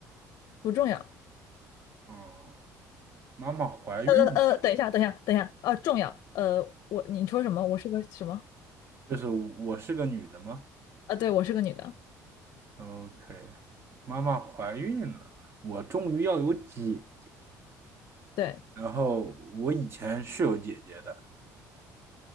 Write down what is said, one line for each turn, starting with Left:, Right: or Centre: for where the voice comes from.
Left: 不重要。
Right: 嗯，妈妈怀孕了
Left: 呃呃，等一下，等一下，等一下，呃，重要。呃，我你说什么？我是个什么？
Right: 就是我是个女的吗
Left: 啊，对，我是个女的。
Right: ？OK，妈妈怀孕了，我终于要有姐
Left: 对，
Right: 然后我以前是有姐姐的，